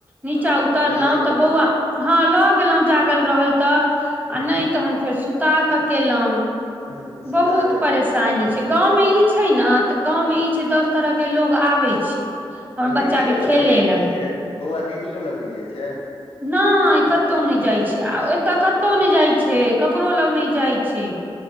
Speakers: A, on the right (about 20°); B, on the left (about 85°).
A: नीचा
B: हँ
A: उतर
B: लए
A: लौ
B: गेलहुँ
A: तऽ बौआ हँ ल गेलहुँ जागल रहल तऽ आ नहि तहन फेर सुता क केलहुँ
B: बस
A: बहुत
B: सुता कऽ
A: परेशानी छै गाँवमे ई छै ने तऽ गाँव मे ई छै दस तरह के लोग आबै छै हमर
B: ओ दीदियो
A: बच्चा के
B: लगने
A: खेले
B: जाइ छै
A: लग
B: से बौआ दीदियो लगने जाय छै
A: नहि कतहु नहि जाइ छै आ एतय कतहु नहि जाइ छै ककरो लग नहि जाइ छै